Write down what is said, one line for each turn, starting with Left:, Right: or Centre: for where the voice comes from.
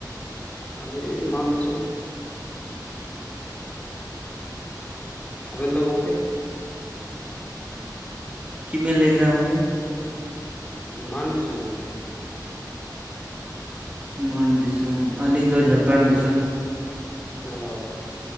Left: ᱟᱞᱤᱧ ᱢᱟᱱ ᱫᱤᱥᱚᱢ ᱟᱵᱮᱱ ᱫᱚ ᱜᱚᱢᱠᱮ?
Right: ᱪᱮᱫ ᱵᱮᱱ ᱞᱟᱹᱭ ᱠᱮᱫᱟ ᱜᱚᱝᱠᱮ?
Left: ᱢᱟᱱ ᱫᱤᱥᱚᱢ ᱜᱚᱢᱠᱮ ᱾
Right: ᱢᱟᱱ ᱫᱤᱥᱚᱢ, ᱟᱹᱞᱤᱧ ᱫᱚ ᱡᱷᱟᱲᱠᱷᱚᱸᱰ ᱫᱤᱥᱚᱢ ᱾
Left: ᱚᱻ